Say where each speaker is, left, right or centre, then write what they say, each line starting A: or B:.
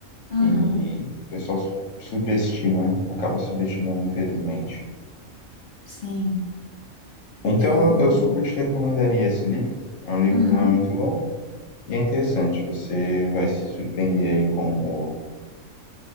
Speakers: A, on the left (about 50°); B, on the left (about 70°).
A: Uhum,
B: E o pessoal su- subestima, né? Acaba subestimando, infelizmente.
A: sim.
B: Então,
A: Eu.
B: eu eu super te recomendaria esse livro. É um livro
A: Uhum.
B: que não é muito longo e é interessante. Você vai se surpreender aí com o,